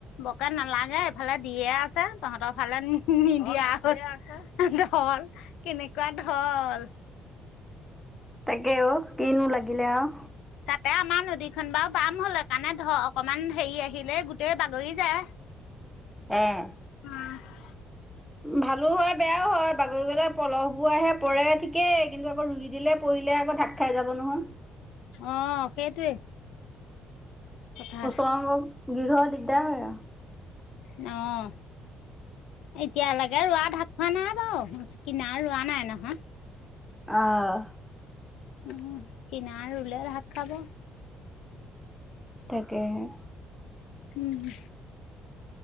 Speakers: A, on the left; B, in the centre.
A: বকে নালাগে এইফালে দিয়ে আছে। তহঁতৰ ফালে নিদিয়া হ'ল। ঢল কেনেকুৱা ঢল।
B: তাকে অ', কিনো লাগিলে আৰু।
A: তাতে আমাৰ নদীখন বাৰু বাম হ'ল হেইকাৰণে ধ অকমান হেৰি আহিলেই গোটেই বাগৰি যায়।
B: অ'।
A: অ'।
B: ভালো হয় বেয়াও হয়, বাগৰি গ'লে পলহবোৰ আহে পৰে ঠিকেই কিন্তু আকৌ ৰুই দিলে পৰিলে আকৌ ঢাক খাই যাব নহয়।
A: অ সেইটোৱে কথা
B: ওচৰৰ গৃহ‌ৰ দিগদাৰ হয় আৰু
A: অ এতিয়ালৈকে ৰোৱা ভাত খোৱা নাই বাৰুচ কিনা ৰোৱা নাই নহয়
B: অঁ
A: উম কিনা ৰুলে আৰু ভাত খাব
B: তাকেহে
A: উম হু